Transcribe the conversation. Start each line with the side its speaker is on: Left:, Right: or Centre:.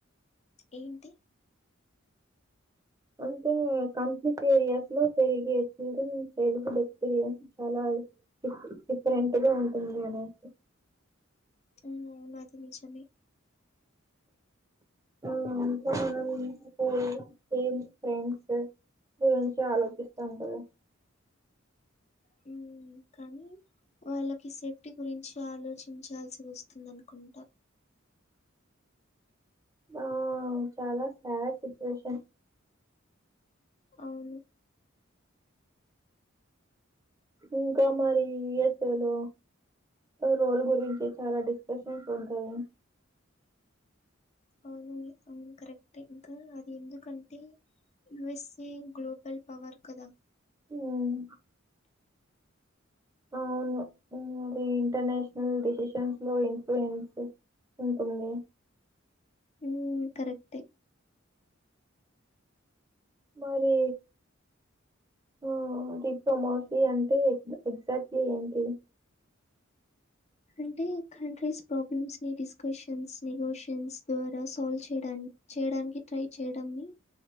Left: ఏంటి
Right: అంటే కన్ఫ్లిక్ట్ ఏరియాస్ లో పెరిగే చిల్డ్రన్ చైల్డ్ హుడ్ ఎక్స్పీరియన్స్ చాలా డీఫ్ డిఫరెంట్ గా ఉంటుంది అనేసి
Left: ఆ అది నిజామే
Right: హ్మ్ ఇంకా మనం ప్రిపేర్ అయ్యే సేమ్ ఫ్రెండ్స్ గురించే ఆలోచిస్తాము కదా
Left: హ్మ్ కానీ వాళ్ళకి సేఫ్టీ గురించి ఆలోచించాల్సి వస్తుంది అనుకుంటా
Right: ఆ చాలా సాడ్ సిచ్యుయేషన్
Left: అవును
Right: ఇంకా మరి యూఎస్ ఏ లో రోల్ గురించి చాలా డిస్కషన్స్ ఉంటాయి
Left: అవును అవును కరెక్టే ఇంకా అది ఎందుకంటే యుఎస్ఏ గ్లోబల్ పవర్ కదా
Right: హ్మ్ అవును హ్మ్ అది ఇంటర్నేషనల్ డిసిషన్స్ లో ఇన్ఫ్లూయెన్స్ ఉంటుంది
Left: హ్మ్ కరెక్టే
Right: మరి ఆ డిప్లా మాఫీ అంటే ఎగ్జాక్ట్లీ ఏంటి
Left: అంటే కంట్రీస్ ప్రాబ్లమ్స్ ని డిస్కషన్స్ నెగోషియన్స్ ద్వారా సాల్వ్ చేయడానికి చేయడానికి ట్రై చేయడాన్ని